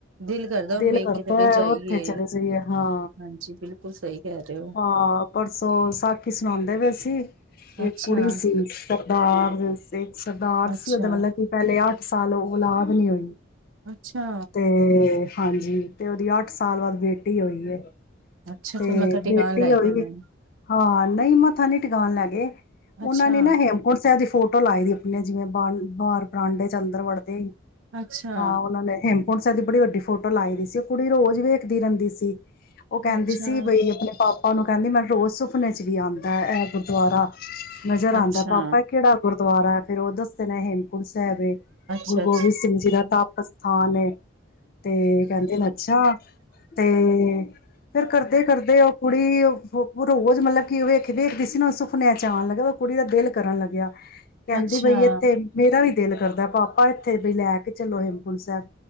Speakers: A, on the right (about 80°); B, on the left (about 50°).
A: ਦਿਲ ਕਰਦਾ ਹੁਣ
B: ਦਿਲ
A: ਵੇਖ
B: ਕਰਦਾ
A: ਕੇ ਤੇ ਬਈ ਜਾਈਏ
B: ਉੱਥੇ ਚਲੇ ਜਾਈਏ ਹਾਂ
A: ਹਾਂਜੀ ਬਿਲਕੁਲ ਸਹੀ ਕਹਿ ਰਹੇ ਹੋ
B: ਹਾਂ ਪਰਸੋਂ ਸਾਖੀ ਸੁਣਾਦੇ ਪਏ ਸੀ ਇਹ
A: ਅੱਛਾ
B: ਕੁੜੀ ਸੀ ਸਰਦਾਰ ਸਿੱਖ ਆ
A: ਅੱਛਾ
B: ਸੀ ਉਹਦੇ ਮਤਲਬ ਕਿ ਪਹਿਲੇ, ਅੱਠ ਸਾਲ ਔਲਾਦ ਨਹੀਂੀ ਹੋਈ
A: ਅੱਛਾ
B: ਤੇ ਹਾਂਜੀ ਤੇ ਉਹਦੀ ਅੱਠ ਸਾਲ ਬਾਅਦ ਬੇਟੀ ਹੋਈ
A: ਅੱਛਾ
B: ਤੇ
A: ਫਿਰ ਮੱਥਾ ਟਿਕਾਣ
B: ਬੇਟੀ
A: ਲੈ
B: ਹੋਈ
A: ਗਿਆ ਮੈਨੂੰ
B: ਹਾਂ ਨਹੀਂ ਮੱਥਾ ਨੀ ਟਿਕਾਉਣ ਲੱ ਗਏ ਉਹਨਾਂ
A: ਅੱਛਾ
B: ਨੇ ਨਾ ਹੇਮਕੁੰਟ ਸਾਹਿਬ ਫੋਟੋ ਲਾਈ ਦੀ ਆਪ ਆਪ ਜਿਵੇਂ ਬਾਂ ਬਾਰ ਪਰਾਂਡੇ 'ਚ ਅੰਦਰ ਵੜਦੇ
A: ਅੱਛਾ
B: ਹਾਂ ਉਹਨਾਂ ਨੇ ਹ ਹੁਣ ਸਾਦੀ ਬੜੀ ਵੱਡੀ ਫੋਟੋ ਲਾਈ ਦੀ ਸੀ ਉਹ ਕੁੜੀ ਰੋਜ਼ ਵੇਖਦੀ ਰਹਿੰਦੀ ਸੀ ਉਹ ਕਹਿੰਦੀ
A: ਅੱਛਾ
B: ਸੀ ਬਈ ਆਪਣੇ ਪਾਪਾ ਉਹਨੂੰ ਕਹਿੰਦੀ ਮੈਨੂੰ ਰੋਜ਼ ਸੁਫਨੇ ' ਵੀ ਆਉਂਦਾ ਹੈ ਗੁਰਦੁਆਰਾ ਨਜ਼ਰ ਆਂਦਾ
A: ਅੱਛਾ
B: ਪਾਪਾ ਕਿਹੜਾ ਗੁਰ ਦੁਬਾਰਾ ਫਿਰੋਧਸਤ ਨੇ ੜ ਸਾਹਿਬ ਗੁਰੂ
A: ਅੱਛਾ
B: ਗੋਬਿੰਦ
A: ਅੱਛਾ
B: ਸਿੰਘ ਜੀ ਦਾ ਤਾਪ ਸਥਾਨ ਤੇ ਕਹਿੰਦੇ ਨੇ ਅੱਛਾ ਤੇ ਫੇਰ ਕਰਦੇ ਕਰਦੇ ਉਹ ਕੁੜੀ ਉਹ ਰੋਜ਼ ਮਤਲਬ ਕਿ ਉਹ ਵੇਖ ਵਖਦੇ ਸੀ ਨਾ ਸੁਫਨੇ ਚਚ ਆਉਣ ਲੱਗਿਆ ਉਹ ਕੁੜੀ ਦਾ ਦਿਲ ਕਰਨ ਲੱਗਿਆ ਕਹਿੰਦੀ
A: ਅੱਛਾ ਅੱਛਾ
B: ਬਈ ਇੱਥੇ ਮੇਰਾ ਵੀ ਦਿਲ ਕਰਦਾ ਪਾਪਾ ਇੱਥੇ ਵੀ ਲੈ ਕੇ ਚਲੋ ਹੇਮਕੁੰਟ ਸਾਹਿਬ